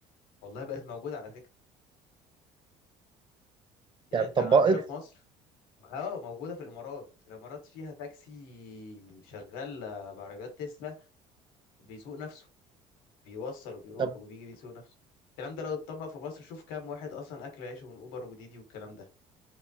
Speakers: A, on the left; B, on the right.
A: والله بقت موجودة على فكرة يعني
B: يعني
A: انت
B: اتطبقت
A: عندنا في مصر اه موجودة في الامارات الامارات فيها تاكسي شغال آه، بعربيات تسلا بيسوق نفسه بيوصل وبيروح
B: طب
A: وبيجي بيسوق نفسه الكلام ده لو اتطبق في مصر شوف كام واحد اصلا اكل عيشه من اوبر وديدي والكلام ده